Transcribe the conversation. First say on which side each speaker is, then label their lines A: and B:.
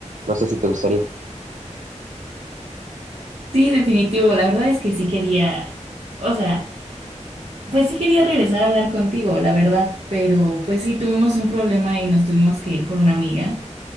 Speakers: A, on the right (about 85°); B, on the right (about 55°).
A: No sé si te gustaría.
B: Sí, definitivo. La verdad es que sí quería, o sea, pues sí quería regresar a hablar contigo, la verdad, pero pues sí tuvimos un problema y nos tuvimos que ir por una amiga.